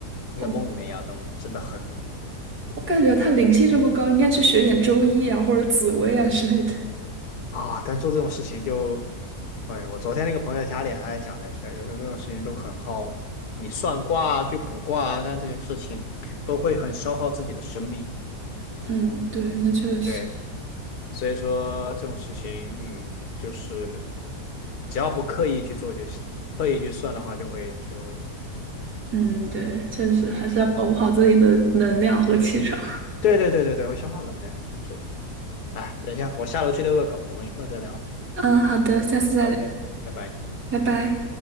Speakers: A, on the left (about 70°); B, on the right (about 75°).
A: 他在梦里面押中，
B: 哦，
A: 真的很
B: 我感觉他灵性这么高，应该去学点周易啊，或者紫薇啊之类的。
A: 啊！但做这种事情就，哎呀，我昨天那个朋友家里还在讲这事儿，有时候这种事情都很耗，你算卦啊，去卜卦啊，干这些事情都会很消耗自己的生命。
B: 嗯，对，那确实，
A: 对。所以说这种事情，嗯，就是只要不刻意去做就行，刻意去算的话就会就会这样，
B: 嗯，对，确实还是要保护好自己的能量和气场。
A: 嗯，对对对对对，会消耗能量，是的。哎，等一下，我下楼去遛个狗，我们一会儿再聊。
B: <laughs> 嗯，好的，下次再聊，
A: OK，拜拜。
B: 拜拜。